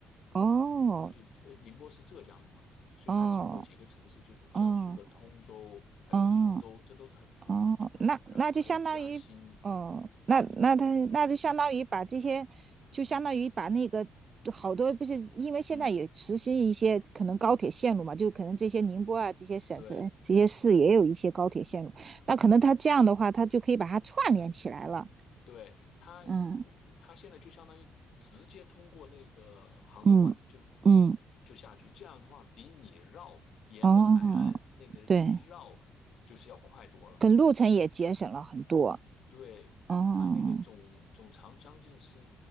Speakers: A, on the right; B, on the left.
A: 哦，
B: 就是呃宁波是浙江的嘛，所以它经过几个城市，
A: 哦，
B: 就是江苏的通州，
A: 哦，
B: 还有苏州，
A: 哦。
B: 这都是很富裕的地方，
A: 哦，那那就相当于，
B: 然后还有嘉兴呃到宁波，
A: 哦，那那他那就相当于把这些，就相当于把那个好多不是，因为现在也实施一些可能高铁线路嘛，
B: 嗯，
A: 就可能这些宁波啊这些省份这些市也有一些高铁线路，
B: 对。
A: 那可能他这样的话，他就可以把它串联起来了。
B: 对，它，
A: 嗯
B: 它现在就相当于直接通过那个杭州湾，
A: 嗯嗯，
B: 就是就下去。这样的话，比你绕沿着海岸那个绕就是要快多了。
A: 哦，对，可路程也节省了很多。
B: 对，
A: 哦
B: 它那个总总长将近是